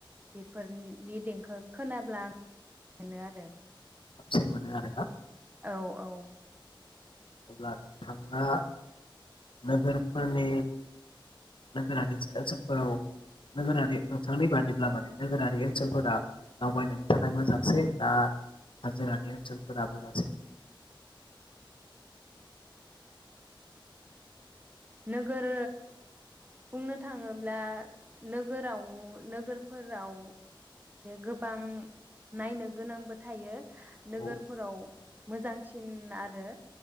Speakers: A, on the right (about 20°); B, on the left (about 75°).
A: बेफोरनि देंखो खोनाब्ला आं <unintelligible> मोनो आरो।
B: साबसिन मोनानो आरो ना
A: औ औ।
B: अब्ला नोंथाङा नोगोरफोरनि नोगोरारि ओनोलफोराव नोगोरारि नोंथांनि बादिब्ला माने नोगोरारि ओनसोलफोरा दावबायनायनि थाखाय मोजांसिन दा हाजोरि ओनसोलफोरा मोजांसिन।
A: नोगोर बुंनो थाङोब्ला नोगोराव नोगोरफोराव गोबां नायनो गोनांबो थायो। नोगोरफोराव
B: औ
A: मोजांसिन आरो